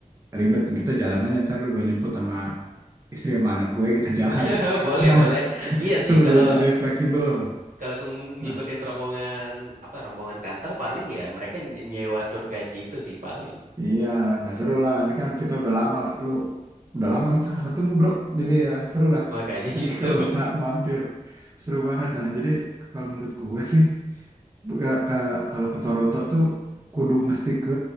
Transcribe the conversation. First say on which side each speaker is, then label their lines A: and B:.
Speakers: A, on the right; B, on the right.
A: ribet kita jalan aja ntar lu gue nyemput sama istri sama anak gue kita <laughs> jalan.
B: <laughs> Boleh,
A: Nah
B: boleh. Iya
A: itu
B: sih,
A: lebih
B: kalau
A: lebih fleksibel.
B: kalau aku ngikutin
A: Nah
B: rombongan apa rombongan kantor paling ya mereka ny- nyewa tour guide gitu sih paling.
A: iya nggak seru lah ini kan kita udah lama lu udah lama kita nggak ketemu bro jadi ya seru lah
B: Makanya
A: nanti
B: itu.
A: kalau bisa mampir seru banget. Nah jadi kalau menurut gue sih Nggak, Kak, kalau ke Toronto tuh kudu mesti ke